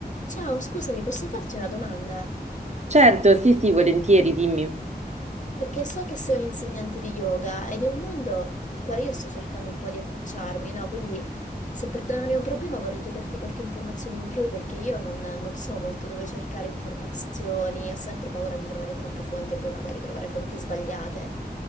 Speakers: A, on the left (about 45°); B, on the right (about 40°).
A: Ciao, scusami, posso farti una domanda?
B: Certo, sì, sì, volentieri, dimmi.
A: Perché so che sei un insegnante di yoga ed è un mondo al quale io sto cercando un po' di affacciarmi, no? Quindi se per te non è un problema vorrei chiederti qualche informazione in più perché io non, non so molto dove cercare informazioni, ho sempre paura di trovare troppe fonti e poi magari trovare fonti sbagliate.